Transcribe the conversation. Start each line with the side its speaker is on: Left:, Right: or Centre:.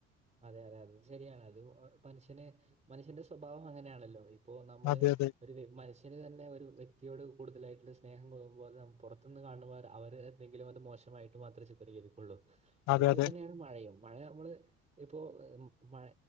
Right: അതെ അതെ അതെ ശരിയാണ്. അത് മനുഷ്യന് മനുഷ്യന്റെ സ്വഭാവം അങ്ങനെയാണല്ലോ. ഇപ്പോ നമ്മള്
Left: അതെ അതെ
Right: ഒരു വി <unintelligible> <unintelligible> തന്നെ ഒരു വ്യക്തിയോട് കൂടുതലായിട്ടുള്ള സ്നേഹം കൂടുമ്പോ അത് പുറത്തു നിന്ന് കാണ് ണ പോലെ അവര് എന്തെങ്കിലും അത് മോശമായി ട്ടുമാത്രേ ചിത്രീകരിക്കുള്ളൂ. അതേപോലെ
Left: അതെ അതെ
Right: തന്നെയാണ് മഴയും, മഴയെ മ്മള് ഇപ്പൊ മഴ